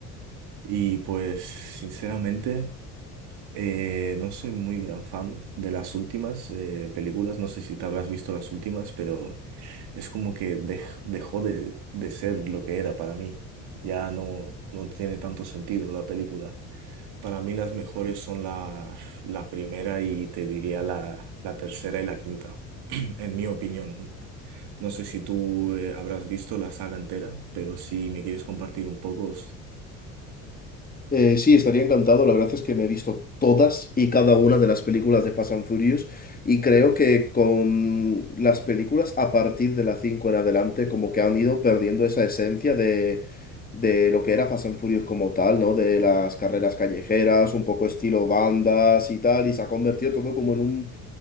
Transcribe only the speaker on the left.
Eh, sí, estaría encantado. La verdad es que me he visto todas y cada una de las películas de Fast and Furious y creo que con las películas a partir de la 5 en adelante como que han ido perdiendo esa esencia de, de lo que era Fast and Furious como tal, ¿no? De las carreras callejeras, un poco estilo bandas y tal, y se ha convertido todo como en un